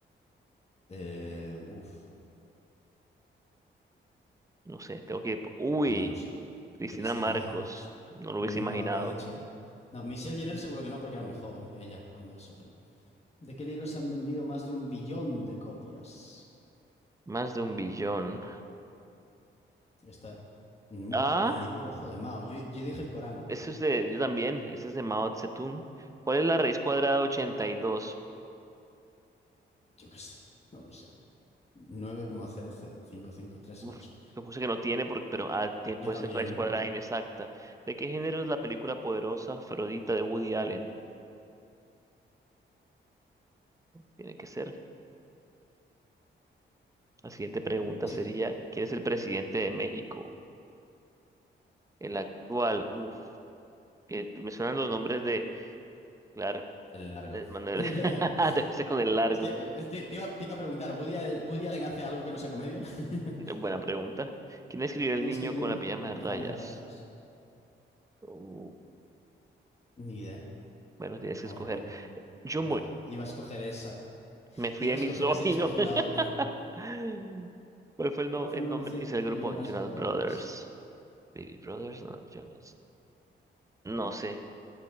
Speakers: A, on the left (about 30°); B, on the right (about 15°).
A: Eh, uf,
B: No sé, tengo que... Uy,
A: no lo sé.
B: Cristina
A: Cristina
B: Marcos.
A: Marcos.
B: No lo
A: No
B: hubiese imaginado.
A: lo habría dicho, ¿eh? No, Michelle Jenner seguro que no, porque era muy joven ella cuando eso, pero... ¿De qué libros han vendido más de un billón de copias?
B: Más de un billón.
A: Esta. Uf,
B: Ah,
A: el libro rojo de Mao. Yo, yo dije el Corán, ¿eh?
B: eso es de... Yo también. Eso es de Mao Zedong. ¿Cuál es la raíz cuadrada de 82?
A: Yo qué sé, no lo sé. Nueve coma cero cinco cinco tres
B: Uf,
A: ocho.
B: yo puse que no tiene, por- pero ah, tie-
A: Yo
B: puede
A: también.
B: ser raíz cuadrada inexacta. ¿De qué género es la película poderosa Afrodita de Woody Allen? Tiene que ser. La siguiente pregunta
A: Sí,
B: sería, ¿quién es el presidente de México? El actual, uff, que me suenan los nombres de, claro,
A: el largo.
B: de Manuel,
A: <laughs>
B: <laughs> debe ser con el largo.
A: Es que eh, te, te iba, te iba a preguntar, ¿Woody, Al- Woody Allen hace algo que no sea comedia? <laughs>
B: Eh, Buena pregunta. ¿Quién escribió El
A: ¿Quién
B: niño
A: escribió
B: con
A: el
B: la pijama
A: libro
B: de
A: Pijama
B: rayas?
A: de Rayas?
B: Uh,
A: Ni idea.
B: bueno, tienes
A: Vamos
B: que escoger.
A: a ponerle.
B: Yo
A: No,
B: voy,
A: iba a escoger esa.
B: me fui
A: Iba
B: de
A: a
B: misógino.
A: escoger esa y escogí la otra.
B: <laughs> ¿Cuál fue el, no-
A: ¿Cuál fue
B: el
A: el nombre
B: nombre
A: inicial
B: inicial
A: del grupo
B: del grupo?
A: Jonas
B: Jonas
A: Brothers?
B: Brothers. Baby Brothers, no, Jonas. No sé.